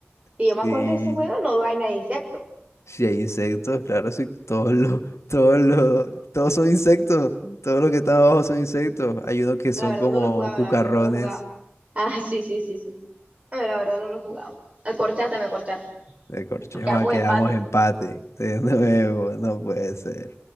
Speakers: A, on the right; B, on the left.
A: Y
B: Sí.
A: yo me acuerdo de ese juego, no vaina de insectos.
B: Si hay insectos, claro, sí. Todos los, todos los, todos son insectos. Todos los que están abajo son insectos. Hay unos que son
A: La verdad
B: como
A: no lo jugaba,
B: cucarrones
A: la verdad no lo jugaba. Ah, <laughs> sí, sí, sí, sí. No, la verdad no lo jugaba. Me corchaste, me corchaste.
B: de corchejo.
A: Quedamos
B: Ah, Quedamos
A: empate.
B: empate. De nuevo, no puede ser.